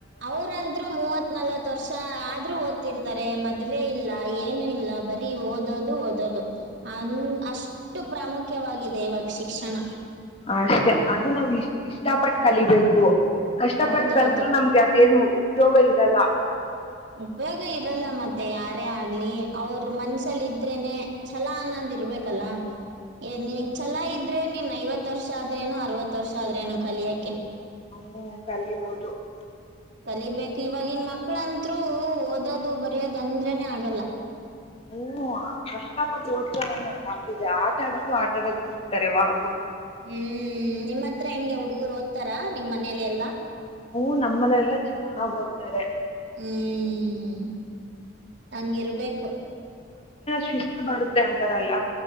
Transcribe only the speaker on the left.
ಅಷ್ಟೆ ಅದು ನಾವು ಇಷ್ಟಪಟ್ಟು ಕಲಿಬೇಕು ಕಷ್ಟ
ಪಟ್ಟ ಕಲ್ತೃ ನಮ್ಗೆ ಅದೇನು ಉಪಯೋಗ ಇರಲ್ಲ
ಹ್ಮ್ ಕಲಿಬೌದು
ಹ್ಮ್ ಕಷ್ಟಪಟ್ಟು ಓದೋಣ ಅಂದೇ ಆಟಾಡೋದು ಆಟಾಡೋದು ಹತಾರೆ ಯಾವಾಗೂ
ಹೂ ನಮ್ಮನ ಎಲ್ಲ ಚೆನ್ನಾಗ್ ಓದ್ತಾರೆ
ಶಿಸ್ತು ಬರುತೆ ಅಂತಾರಲ್ಲ